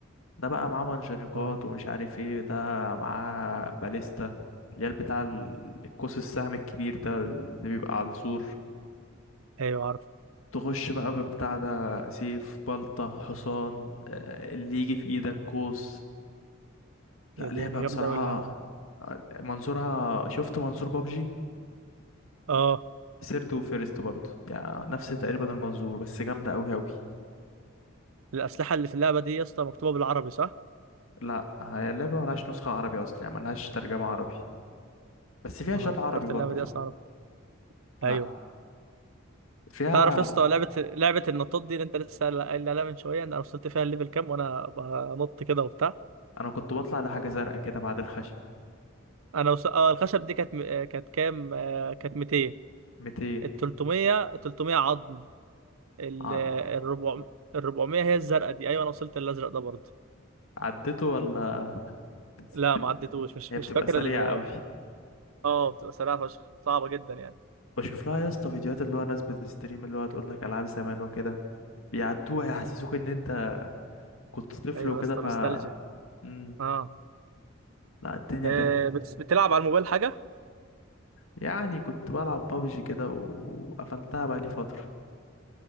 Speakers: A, on the left; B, on the right.
A: ده بقى معاه منجنيقات
B: تمام
A: ومش عارف ايه ده معاه باليستا اللي هي بتاع ال- القوس السهم الكبير ده اللي بيبقى على السور
B: ايوه عارف
A: تخش بقى ببتاع ده سيف بلطة حصان آه، اللي يجي في ايدك قوس لا
B: يا ديني
A: لعبة
B: جامده
A: بصراحة
B: قوي اللعبه دي
A: آه، منظورها شفت منظور بابجي
B: اه
A: سيرت وفيرست برضه يعني نفس تقريبا المنظور بس جامدة أوي أوي
B: الاسلحه اللي في اللعبه دي يا اسطى مكتوبه بالعربي صح
A: لا هي اللعبة ملهاش نسخة عربي أصلا يعني ملهاش ترجمة عربي بس فيها
B: اه
A: شات
B: انا
A: عربي
B: فكرت
A: برضه
B: اللعبه دي
A: فاهم
B: اصلا عربي
A: لا
B: ايوه
A: فيها
B: تعرف يا اسطى لعبه لعبه النطاط دي اللي انت لسه قايل قايل عليها من شويه إن انا وصلت فيها الليفل كام وانا بنط كده وبتاع
A: أنا كنت بطلع لحاجة زرقاء كده بعد الخشب
B: انا وص... اه الخشب دي كانت م... آه، كانت كام آه، كانت 200
A: 200
B: ال 300 ال 300 عظم ال
A: عد...
B: آه، الربع... ال 400 هي الزرقاء دي ايوه انا وصلت الازرق ده برضه
A: عدته ولا بتبقى...
B: لا ما عدتوش مش
A: هي
B: مش
A: بتبقى
B: فاكر
A: سريعة
B: ال...
A: أوي
B: اه بتبقى سريعه فشخ صعبه جدا يعني
A: بشوف لها يا اسطى فيديوهات اللي هو ناس بتستريم اللي هو تقول لك ألعاب زمان وكده بيعدوها يحسسوك إن أنت كنت طفل
B: ايوه
A: وكده
B: يا اسطى
A: ف
B: نوستالجيا
A: مم.
B: اه
A: لا الدنيا
B: آه،
A: كانت
B: بت... بتلعب على الموبايل حاجه
A: يعني كنت بلعب بابجي كده وقفلتها بقى لي فترة